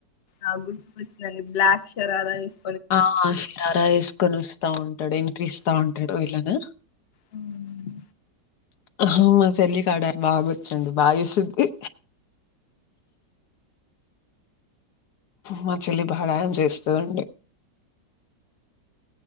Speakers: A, on the left; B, on the left.
A: ఆ గుర్తుకొచ్చిందండి బ్లాక్ షరరా వేస్
B: ఆ శరారా వేసుకొని వస్తా ఉం ంటడు ఎంట్రీ ఇస్తా ఉంటడు విలన్
A: అవునండి
B: ఆ మా చెల్లి కా ఆ డా బాగొచ్చండి బాగేసిద్ధి. మా చెల్లి బా డాన్స్ చేస్తదండి.